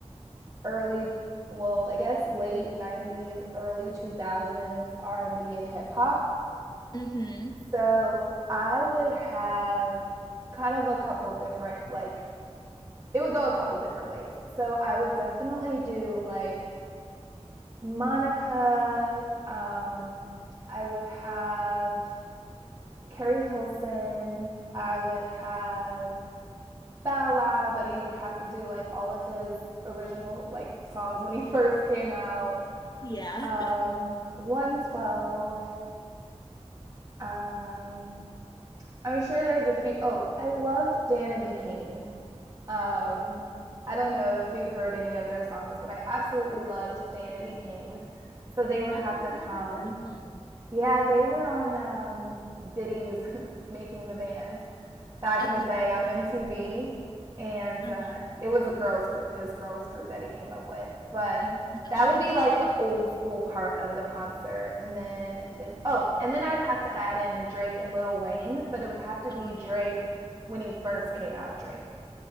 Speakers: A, on the right (about 30°); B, on the left (about 35°).
A: early, well, I guess late 90s, early 2000s R&B and B and hip hop.
B: Mm-hmm.
A: So I would have kind of a couple different like it would go a couple different ways. So I would definitely do like Monica. Um, I would have Carrie Hilson. I would have Bow Wow, but he would have to do like all of his original like songs when he <laughs> first came out.
B: Yeah.
A: Um,
B: <laughs>
A: 112. Um, I'm sure there's a few. Oh, I loved Danity Kane. Um, I don't know if you've heard any of their songs, but I absolutely loved Danity Kane. So they
B: No,
A: would have
B: I've
A: to come.
B: never heard of them.
A: Yeah, they were on um, Diddy's <laughs> Making the Band back
B: Oh,
A: in the day on MTV. And
B: uh-huh.
A: uh, it was a girls group, his girls group that he came up with. But
B: Mm, okay.
A: that would be like the old school part of the concert. And then, then oh, and then I'd have to add in Drake and Lil Wayne, but it would have to be
B: Oh
A: Drake
B: yeah,
A: when he first came out, Drake.